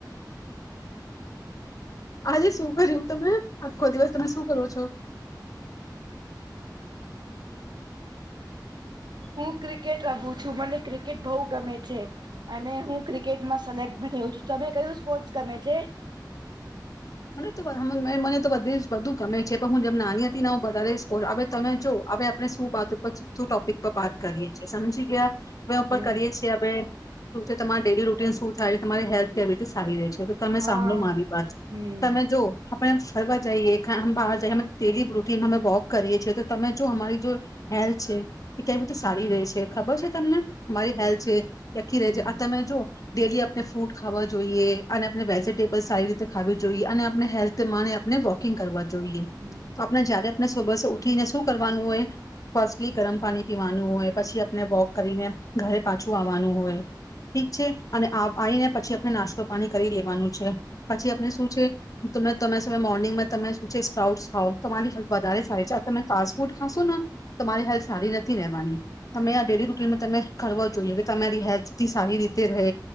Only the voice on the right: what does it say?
હું ક્રિકે ક્રિકેટ રમુ છું મને ક્રિકેટ બઉ ગમે છે અને હું ક્રિકેટમાં સિલેક્ટ ભી થયો છું તમે કયું સ્પોર્ટસ ગમે છે.
હમ
હા
હમ
હમ
હમ
હમ
હમ